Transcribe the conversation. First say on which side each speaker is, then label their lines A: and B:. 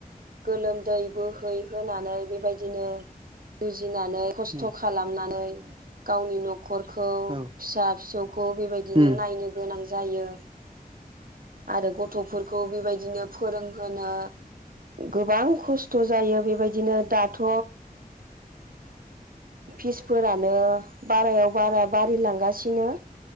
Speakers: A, on the right (about 65°); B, on the right (about 35°).
A: गोलोमदै बोहै होनोनानै बेबायदिनो गिनानै खस्थ
B: उम
A: खालामनानै गावनि न नखरखौ
B: औ
A: फिसा फिसौखौ बेबायदिनो
B: उम
A: नायनो गोनां जायो आरो गथफोरखौ बेबायदिनो फोरोंहोनो गोबां खस्थ जायो बेबायदिनो दाथ फिसफोरानो बारायाव बारा बारिलांगासिनो।